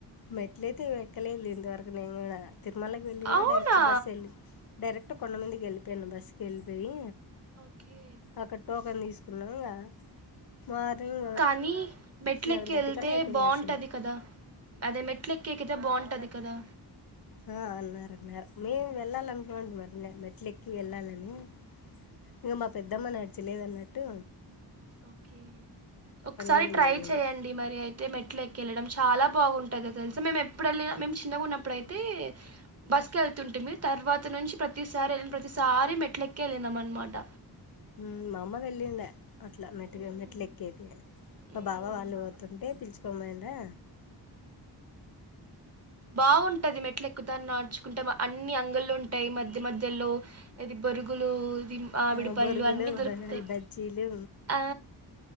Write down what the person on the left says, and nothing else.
మెట్లయితే ఎక్కలేదు లె ఇంతవరకు నేను కూడా తిరుమలకి వెళ్ళినా
డైరెక్ట్ బస్సు వెళ్ళి డైరెక్ట్ కొండమందికి వెళ్ళిపోయాను బస్సుకి వెళ్ళిపోయి
అక్కడ టోకన్ తీసుకున్నాం ఇక మార్నింగ్
లెవెన్
థర్టీ
కల్లా అయిపోయింది
దర్శనం
ఆ అన్నారన్నారు మేము వెళ్ళాలనుకొంటి మరి మెట్లు ఎక్కి వెళ్ళాలని ఇంగ మా పెద్దమ్మ నడిచలేదున్నట్టు
మీదకి
వెళ్ళింది
మ్మ్ మా అమ్మ వెళ్లిండే అట్లా మెట్
మెట్లు ఎక్క అయితే
మా
బాబా వాళ్ళు పోతుంటే పిలుచుకొని పోయిండ్రా
ఆ
బొరుగులు
బ బజ్జీలు